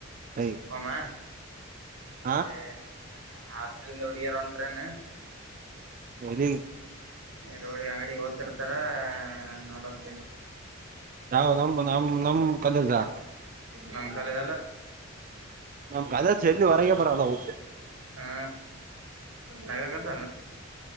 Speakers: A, on the right (about 40°); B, on the right (about 85°).
A: ಯ್
B: ಹೋಮ
A: ಹ
B: ಎ ಹಾಸ್ಟೆಲ್ ಹೊಡಗಿಯರು ಹೊಂಟ್ರೇನು
A: ಹ್ಮ್
B: ನೀ ರೋಡಿ ಅಂಗಡಿಗೆ ಓತಿರ್ತಾರ ನೋಡೋದೇ
A: ನಾ ನಮ್ ನಮ್ ನಮ್ ಕಾಲೇಜಾ
B: ನಮ್ ಕಾಲೇಜ್ ಅಲ್ಲ
A: ನಮ್ ಕಾಲೇಜ್ ಜರ್ಲಿ ಹೊರಗೆ ಬರಲ್ಲ ಅವು
B: ಹಾ ನಗಕ್ ಹತನ